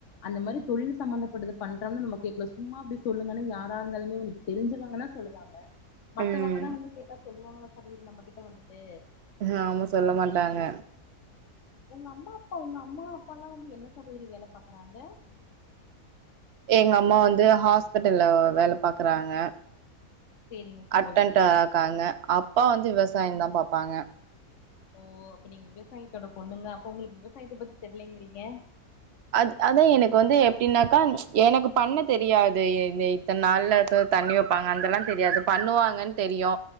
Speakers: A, on the left; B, on the right.
A: அந்த மாரி தொழில்ல சம்பந்தப்பட்டது பண்றோம்னு நமக்கு கேக்கலா சும்மா அப்டி சொல்லுங்கன்னா யாரா இருந்தாலுமே ஒரு தெரிஞ்சவங்கன்னா சொல்லுவாங்க மத்தவங்கல்லா
B: ம்
A: வந்து கேட்டா சொல்லுவாங்களா சகோதரி நம்ம கிட்ட வந்துட்டு
B: ம் ஆமா சொல்ல மாட்டாங்க
A: உங்க அம்மா அப்பா உங்க அம்மா அப்பால்லா வந்து என்ன சகோதரி வேல பாக்கறாங்க
B: எங்க அம்மா வந்து ஹாஸ்பிட்டல்ல வேல பாக்கறாங்க
A: சேரிங்க சகோதரி
B: அட்டன்ட்டா இருக்காங்க அப்பா வந்து விவசாயந்தா பாப்பாங்க
A: ஓ அப்ப நீங்க விவசாயத்தோட பொண்ணுங்க அப்போ உங்ளுக்கு விவசாயத்தப் பத்தி தெரியிலேங்கிறீங்க
B: அது அதா எனக்கு வந்து எப்பிடின்னாக்கா எனக்கு பண்ணத் தெரியாது எந்த த நாள்ல தண்ணி வப்பாங்க அதுல்லா தெரியாது பண்ணுவாங்கன்னு தெரியு